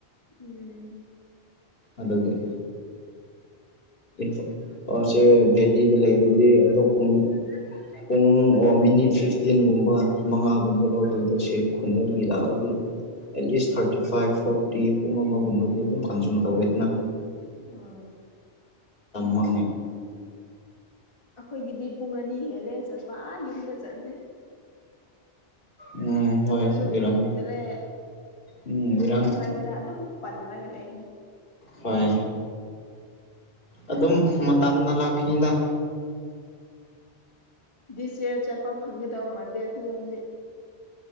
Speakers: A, on the left; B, on the left.
A: ꯎꯝ
B: ꯑꯗꯨꯒꯤ ꯏꯝꯐꯜ ꯁꯦ ꯚꯦꯂꯤꯗ ꯂꯩꯔꯗꯤ ꯑꯗꯣ ꯄꯨꯡ ꯄꯨꯡ ꯑꯣ ꯃꯤꯅꯤꯠ ꯐꯤꯐꯇꯤꯟꯒꯨꯝꯕ ꯃꯉꯥꯒꯨꯝꯕ ꯂꯧꯗꯣꯏꯗꯣ ꯁꯤꯦ ꯈꯨꯟꯗꯜꯒꯤ ꯂꯥꯛꯑꯗꯤ at least thirty five forty ꯄꯨꯡ ꯑꯃꯒꯨꯝꯕꯗꯤ ꯑꯗꯨꯝ ꯀꯟꯖꯨꯝ ꯇꯧꯔꯦ ꯑꯗꯨꯅ
A: ꯎ
B: ꯃꯃ
A: ꯑꯩꯈꯣꯏꯒꯤꯗꯤ ꯄꯨꯡ ꯑꯅꯤ ꯍꯦꯜꯂꯦ ꯆꯠꯄ ꯌꯨꯝꯗ ꯆꯠꯂꯦ
B: ꯎꯝ
A: ꯆꯠꯄꯁꯨ
B: ꯍꯣꯏ ꯑꯣꯏꯔꯝꯅꯤ
A: ꯐꯪꯗ꯭ꯔꯦ
B: ꯎꯝ ꯏꯔꯥꯡ
A: ꯁ꯭ꯋꯥꯏꯁꯤꯗ ꯑꯗꯨꯝ ꯄꯜꯂꯒ ꯂꯩꯔꯦ
B: ꯍꯣꯏ
A: ꯎꯄꯥꯏ
B: ꯑꯗꯨꯝ
A: ꯂꯩꯇꯦ
B: ꯃꯇꯝꯅ ꯂꯥꯛꯈꯤꯗ
A: ꯗꯤꯁ ꯏꯌꯥꯔ ꯆꯠꯄ ꯐꯪꯒꯗꯕ ꯃꯥꯟꯗꯦ ꯑꯩꯈꯣꯏꯔꯣꯝꯗꯤ